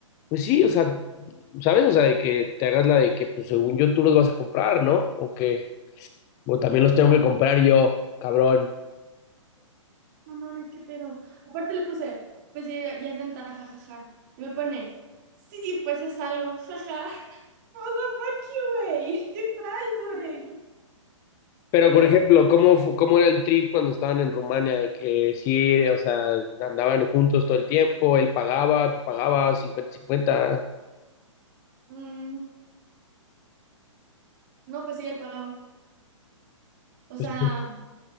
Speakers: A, on the left; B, on the right.
A: pues sí, o sea, ¿sabes? O sea, de que te hagas la de que, pues según yo tú los vas a comprar, ¿no? O que, o también los tengo que comprar yo, cabrón.
B: no mames, qué pedo. Aparte le puse, pues sí, ya, ya es ventaja, jaja. Y me pone, sí, pues es algo, jaja. <laughs> O sea, fuck you, güey. ¿Qué traes, güey?
A: Pero, por
B: No
A: ejemplo,
B: sé.
A: ¿cómo, cómo era el trip cuando estaban en Rumania? De que sí, o sea, andaban juntos todo el tiempo, él pagaba, tú pagabas, cincuenta cincuenta
B: Mm, no, pues sí, él pagaba. O sea.
A: Pues